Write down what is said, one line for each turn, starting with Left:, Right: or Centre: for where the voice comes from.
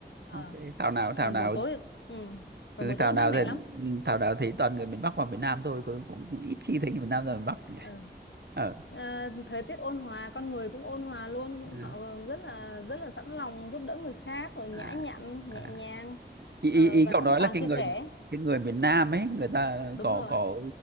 Left: Ờ,
Right: Ok, thảo nào thảo
Left: còn
Right: nào
Left: buổi tối ừ, còn
Right: Ừ,
Left: buổi tối
Right: thảo
Left: thì
Right: nào
Left: mát mẻ
Right: thì
Left: lắm
Right: thảo nào thấy toàn người miền Bắc và miền Nam thôi cũng, cũng, cũng ít khi thấy người miền Nam ra miền Bắc nhỉ
Left: ừ.
Right: ờ
Left: Ờ, thời tiết ôn hòa con người cũng ôn hòa luôn
Right: ừ.
Left: họ rất là rất là sẵn lòng giúp đỡ người khác rồi nhã
Right: à,
Left: nhặn
Right: à.
Left: nhẹ nhàng
Right: Ý,
Left: ờ,
Right: ý, ý
Left: và
Right: cậu
Left: sẵn
Right: nói
Left: sàng
Right: là cái
Left: chia
Right: người
Left: sẻ
Right: cái người miền Nam ấy người ta
Left: đúng
Right: có
Left: rồi
Right: có